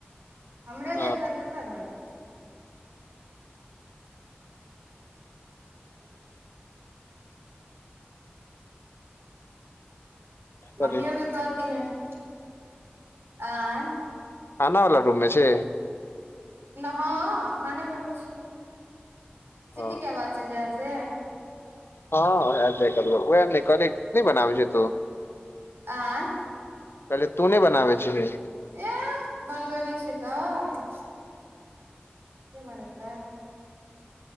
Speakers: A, on the right; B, on the left.
A: हमरे
B: हँ
A: हेएतऽ केकर हैय। <inaudible> मम्मियो
B: कथी
A: के कह दीहैन आंय।
B: खाना वाला रूममे छी।
A: हँ खाने बनबै छी की,
B: हँ
A: सिटी के आवाज चैल जायए से।
B: हँ एैब जाय छैय कखनौ क वएह नै कहली नैय बनाबै छीहिन तु।
A: आंय।
B: कहले तू नैय बनाबै छिहिन।
A: एह बनबै नैय छियै तऽ। के बनेतै।